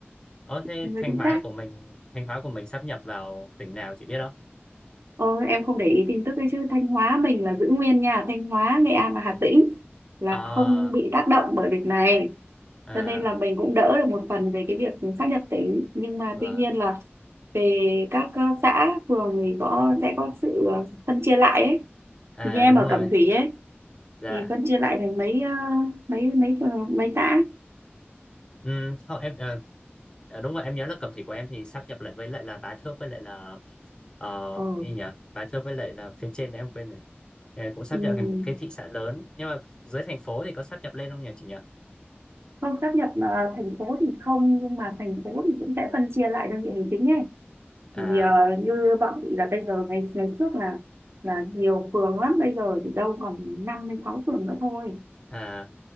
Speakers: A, on the left; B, on the right.
A: ờ thế
B: người
A: Thanh
B: chính
A: Hóa
B: xác
A: của mình Thanh Hóa của mình sáp nhập vào tỉnh nào chị biết không?
B: ờ, em không để ý tin tức đấy chứ Thanh Hóa mình là giữ nguyên nha Thanh Hóa Nghệ An và Hà Tĩnh là
A: À,
B: không bị tác động bởi việc này
A: à,
B: cho nên là mình cũng đỡ được một phần về cái việc sáp nhập tỉnh nhưng mà
A: vâng.
B: tuy nhiên là về các ờ, xã phường thì có sẽ có sự ờ, phân chia lại ấy
A: À
B: thì như em
A: đúng
B: ở
A: rồi.
B: Cẩm Thủy ấy
A: Dạ
B: thì phân chia lại thành mấy ờ, mấy mấy phường- mấy xã
A: Ừ, không em ờ, ờ, đúng rồi em nhớ là cầm thị của em thì sáp nhập lại với lại là bá thước với lại là ờ
B: Ừ.
A: gì nhỉ bá thước với lại là phía trên em quên rồi Ờ, cũng sáp
B: ừ.
A: nhập thành một cái thị xã lớn nhưng mà dưới thành phố thì có sáp nhập lên không nhỉ chị nhỉ
B: không sáp nhập ờ, thành phố thì không nhưng mà thành phố thì cũng sẽ phân chia lại đơn vị hành chính ấy
A: à
B: thì ờ, như bọn chị là bây giờ ngày ngày trước là là nhiều phường lắm bây giờ thì đâu còn năm đến sáu phường nữa thôi
A: à